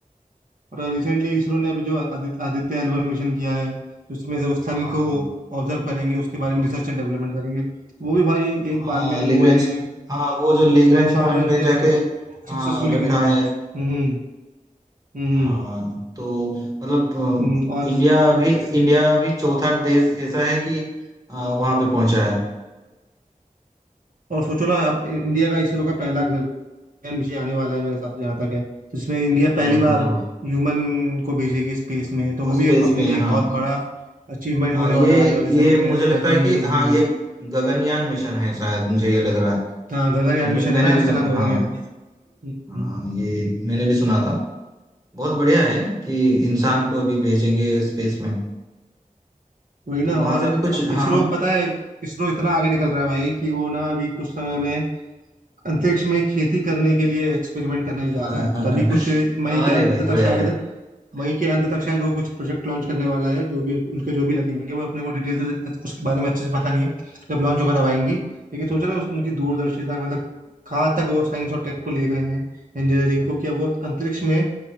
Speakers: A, on the right (about 70°); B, on the right (about 25°).
A: और रिसेंटली इसरो ने अभी जो आदित्य आदित्य एल वन मिशन किया है उसमें से उस सन
B: हाँ
A: को
B: हाँ, हाँ।
A: ऑब्जर्व करेंगे उसके बारे में रिसर्च एंड डेवलपमेंट करेंगे वो भी भाई एक
B: हाँ
A: बार में हम
B: लिग्रेंज
A: लोगों ने
B: हाँ वो जो लिग्रेंज
A: वन शॉट
B: पॉइंट
A: में उसने
B: में जाके
A: मतलब
B: हाँ
A: सक्सेसफुली
B: रखा
A: क्लियर किया
B: है
A: हम्म हम्म
B: हाँ तो मतलब
A: हम्म, और
B: अ, इंडिया भी इंडिया भी चौथा देश ऐसा है कि आ, वहां पे पहुंचा है
A: और सोचो ना अब इ- इंडिया का इसरो का पहला गगन मिशन आने वाला है मेरे हिसाब से जहाँ तक है तो इसमें इंडिया
B: हाँ
A: पहली बार
B: हाँ हाँ।
A: ह्यूमन को भेजेगी स्पेस में तो
B: और
A: वो
B: स्पेस
A: भी एक- अपने
B: पे
A: लिए एक
B: हाँ
A: बहुत बड़ा अचीवमेंट
B: हाँ
A: होने
B: ये
A: वाला है आने वाले समय
B: ये मुझे
A: में
B: लगता
A: टेक
B: है
A: और इंजीनियरिंग
B: कि हाँ
A: में
B: ये गगनयान मिशन है शायद मुझे ये लग रहा है
A: हाँ गगनयान
B: मैंने
A: मिशन
B: मैंने
A: है ना
B: भी
A: उसका
B: सुन
A: नाम गगनयान
B: हाँ
A: हम्म,
B: हाँ ये मैंने भी सुना था बहुत बढ़िया है कि इंसान को अभी भेजेंगे स्पेस में
A: वही ना
B: तो वहां
A: और
B: से भी कुछ
A: अब
B: हाँ
A: इसरो पता है इसरो इतना आगे निकल रहा है भाई कि वो ना अभी कुछ समय में अंतरिक्ष में खेती करने के लिए एक्सपेरिमेंट करने जा
B: हाँ।
A: रहा है तो अभी कुछ मई के
B: अरे
A: अंत
B: भाई
A: तक
B: बढ़िया
A: शायद
B: बढ़िया
A: मई के अंत तक शायद वो कुछ प्रोजेक्ट लॉन्च करने वाला है जो भी उनके जो भी लगेंगे वो अपने को डिटेल तो उसके बारे में अच्छे से पता नहीं है जब लॉन्च होगा तब आएंगी लेकिन सोच रहे हो उस- उनकी दूरदर्शिता मतलब कहाँ तक वो साइंस और टेक को ले गए हैं इंजीनियरिंग को कि अब वो अंतरिक्ष में